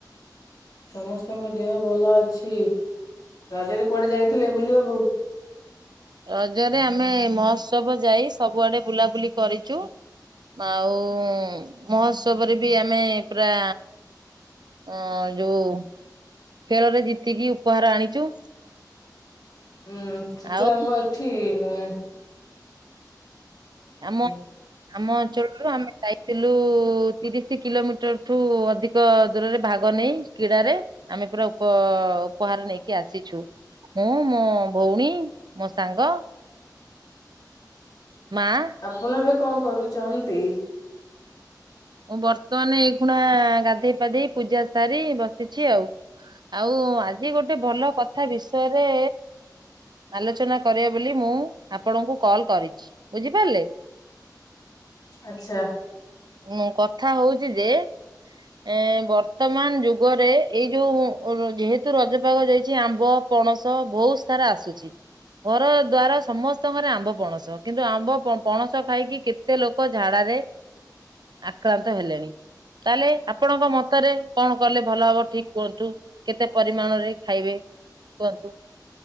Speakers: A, on the left; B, on the right.
A: ସମସ୍ତଙ୍କ ଦେହ ଭଲ ଅଛି, ରଜରେ କୁଆଡେ ଯାଇଥିଲେ ବୁଲିବାକୁ?
B: ରଜରେ ଆମେ ମହୋତ୍ସବ ଯାଇ ସବୁଆଡେ ବୁଲାବୁଲି କରିଚୁ। ଆଉ ମହୋତ୍ସବରେ ବି ଆମେ ପୁରା ହଁ ଯୋଉ ଖେଳରେ ଜିତିକି ଉପହାର ଆଣିଚୁ।
A: ଉଁ ସେଟା
B: ଆଉ
A: ଆମ ଏଠି ଉଁ-
B: ଆମ-ଆମ
A: ଅ
B: ଅଞ୍ଚଳରୁ ଆମେ ଯାଇଥିଲୁ ତିରିଶି କିଲୋମିଟରଠୁ ଅଧିକ ଦୂରରେ ଭାଗ ନେଇ କ୍ରୀଡାରେ ଆମେ ପୁରା ଉପ ଉପହାର ନେଇକି ଆସିଛୁ। ମୁଁ, ମୋ ଭଉଣୀ, ମୋ ସାଙ୍ଗ ମାଆ
A: ଆପଣ ଏବେ କଣ କରୁଚନ୍ତି?
B: ମୁଁ ବର୍ତ୍ତମାନ ଏଇଖୁଣା ଗାଧେଇ ପାଧେଇ ପୂଜା ସାରି ବସ୍ ସିଛି ଆଉ ଆଉ ଆଜି ଗୋଟେ ଭଲ କଥା ବିଷୟରେ ଆଲୋଚନା କରିବା ବୋଲି ମୁଁ ଆପଣଙ୍କୁ କଲ କରିଛି ବୁଝିପାରିଲେ।
A: ଆଛା।
B: ମୁଁ କଥା ହୋଉଚି ଯେ ଏ ବର୍ତ୍ତମାନ ଯୁଗରେ ଏଇ ଯୋଉ ଯେହେତୁ ରଜପାଗ ଯାଇଛି ଆମ୍ବ ପଣସ ବୋହୁତ ସାରା ଆସୁଚି। ଘର ଦ୍ଵାର ସମସ୍ତଙ୍କର ଆମ୍ବ ପଣସ କିନ୍ତୁ ଆମ୍ବ ପ-ପଣସ ଖାଇକି କେତେ ଲୋକ ଝାଡାରେ ଆକ୍ରାନ୍ତ ହେଲେଣି ତାହେଲେ ଆପଣଙ୍କ ମତରେ କଣ କଲେ ଭଲ ହବ ଠିକ କୁହନ୍ତୁ କେତେ ପରିମାଣରେ ଖାଇବେ କୁହନ୍ତୁ?